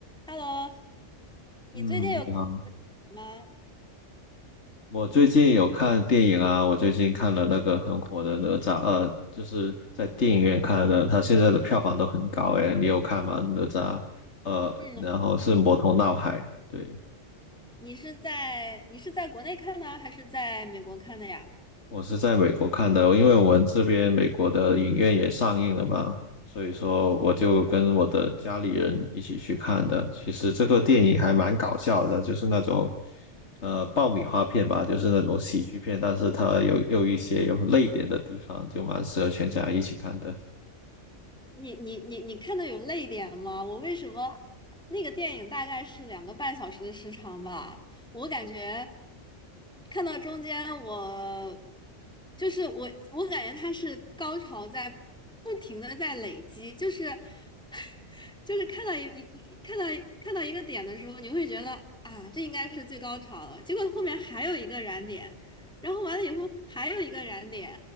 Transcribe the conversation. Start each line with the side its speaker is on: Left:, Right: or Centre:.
Centre: Hello，你最近有
Left: 嗯，你好。
Centre: 吗？
Left: 我最近有看电影啊，我最近看了那个很火的《哪吒二》，就是在电影院看的，它现在的票房都很高诶，你有看吗？哪吒，呃，
Centre: 嗯，
Left: 然后是《魔童闹海》，
Centre: 有。
Left: 对，
Centre: 你是在你是在国内看的，还是在美国看的呀？
Left: 我是在美国看的，因为我们这边美国的影院也上映了嘛，所以说我就跟我的家里人一起去看的。其实这个电影还蛮搞笑的，就是那种呃爆米花片吧，就是那种喜剧片，但是它有有一些有泪点的地方，就蛮适合全家一起看的。
Centre: 你你你你看的有泪点吗？我为什么那个电影大概是两个半小时的时长吧？我感觉看到中间我就是我，我感觉它是高潮在不停的在累积，就是 <laughs> 就是看到一一一看到看到一个点的时候，你会觉得啊，这应该是最高潮了，结果后面还有一个燃点，然后完了以后还有一个燃点，